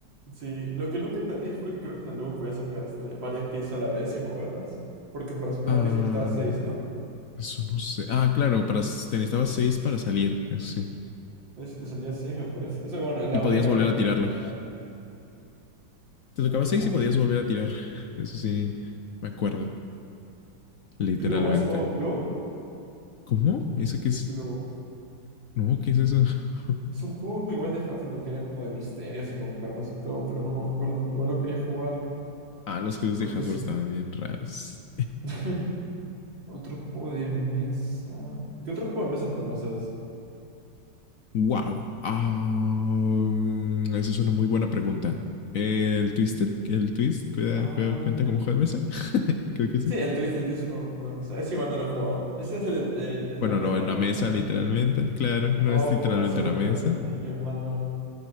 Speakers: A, on the right (about 80°); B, on the left (about 60°).
A: Sí, lo que nunca entendí es porque creo que en el Ludo podías sacar este, varias piezas a la vez y moverlas. Porque para sacar
B: Ah,
A: una pieza necesitabas seis, ¿no?
B: Eso no sé. Ah, claro, para, te necesitabas seis para salir, eso sí.
A: Entonces si te salía seis me puedes... Eso, bueno, es la
B: Y podías
A: única
B: volver
A: estrategia
B: a tirarlo.
A: que tenía.
B: Te tocaba
A: Otro...
B: seis
A: ju-
B: y podías volver a tirar. Eso sí, me acuerdo, literalmente.
A: Clue, ¿has jugado Clue?
B: ¿Cómo? ¿Eso qué es?
A: Clue.
B: No, ¿qué es eso? <laughs>
A: Es un juego igual de Hasbro, que era como de misterios y con cartas y todo, pero no me acuerdo. Yo lo quería jugar,
B: ah, los juegos
A: porque
B: de Hasbro
A: es
B: estaban bien raros.
A: <laughs> otro juego de mesa. ¿Qué otro juego de mesa conoces?
B: Wow. Ah, esa es una muy buena pregunta. El Twisted, el Twist, cuida,
A: Oh.
B: juega, cuenta como juego de mesa. <laughs> Creo que sí.
A: Sí, el Twist, el Twist juego, juego de mesa. Ese igual no lo he jugado. Ese es el, del el del
B: Bueno,
A: tapete,
B: no, en una
A: ¿no?
B: mesa,
A: Que tienes
B: literalmente.
A: que...
B: Claro, no
A: Rojo,
B: es literalmente
A: azul,
B: una mesa.
A: verde, amarillo, mano.